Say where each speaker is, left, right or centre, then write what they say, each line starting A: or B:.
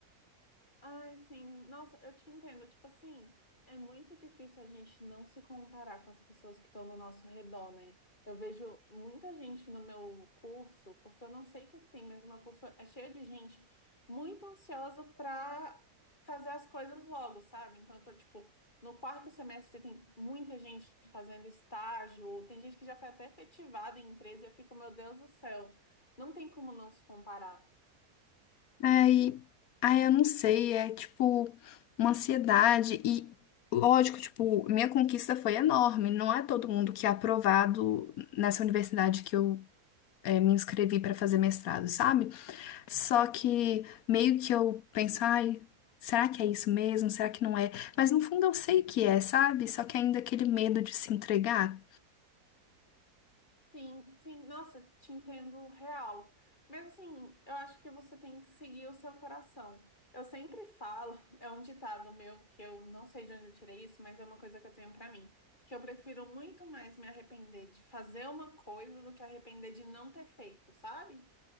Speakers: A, on the left; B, on the left.
A: Ai, sim. Nossa, eu te entendo. Tipo assim, é muito difícil a gente não se comparar com as pessoas que estão no nosso redor, né? Eu vejo muita gente no meu curso, porque eu não sei o que que tem, mas o meu curso é cheio de gente muito ansiosa para fazer as coisas logo, sabe? Então, eu tô, tipo, no quarto semestre tem muita gente fazendo estágio, tem gente que já foi até efetivada em empresa, e eu fico, meu Deus do céu, não tem como não se comparar.
B: Aí, aí eu não sei, é tipo uma ansiedade e. Lógico, tipo, minha conquista foi enorme. Não é todo mundo que é aprovado nessa universidade que eu eh, me inscrevi para fazer mestrado, sabe? Só que meio que eu penso, ai, será que é isso mesmo? Será que não é? Mas no fundo eu sei que é, sabe? Só que ainda aquele medo de se entregar.
A: Sim, sim, nossa, te entendo real. Mas assim, eu acho que você tem que seguir o seu coração. Eu sempre falo, <laughs> é um ditado meu que eu não sei de onde eu tirei isso, mas é uma coisa que eu tenho pra mim, que eu prefiro muito mais me arrepender de fazer uma coisa do que arrepender de não ter feito, sabe?